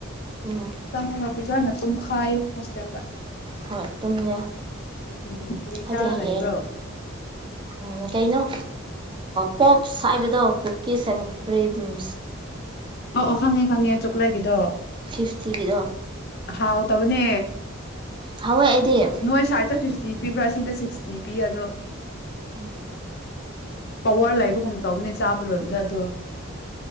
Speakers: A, on the right; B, on the left.
A: ꯎꯝ
B: ꯆꯥꯡ ꯀꯄ ꯀ ꯅ ꯇꯨꯝ ꯈꯥꯏ ꯍꯁꯇꯗ
A: ꯍꯣꯏ ꯇꯨꯝꯒꯦ
B: ꯎꯝ ꯀꯔꯤ
A: ꯍꯥꯏꯗꯤ
B: ꯆꯥꯔ
A: ꯍꯌꯦꯡ
B: ꯂꯩꯕ꯭ꯔꯣ
A: ꯎꯝ ꯀꯩ ꯩꯅꯣ ꯄꯣꯞꯁ ꯍꯥꯏꯕꯗꯣ ꯀꯨꯀꯤꯁ ꯑꯦꯟ ꯀ꯭ꯔꯤꯝꯁ
B: ꯑ ꯑꯣ ꯈꯪꯉꯦ ꯈꯪꯉꯦ ꯆꯣꯀꯂꯦꯒꯤꯗꯣ
A: ꯁꯤꯐꯇꯤꯒꯤꯗꯣ
B: ꯍꯥꯎꯇꯕꯅꯦ
A: ꯍꯥꯎꯋꯦ ꯑꯩꯗꯤ
B: ꯅꯣꯏ ꯁꯥꯏꯠꯇ ꯐꯤꯐꯇꯤ ꯄꯤꯕ꯭ꯔꯥ ꯁꯤꯗ ꯁꯤꯛꯁꯇꯤ ꯄꯤ ꯑꯗꯣ
A: ꯎꯝ
B: ꯄꯋꯥꯔ ꯂꯩꯕꯒꯨꯝ ꯇꯧꯕꯅꯦ ꯆꯥꯕ ꯂꯣꯏꯕꯗ ꯑꯗꯣ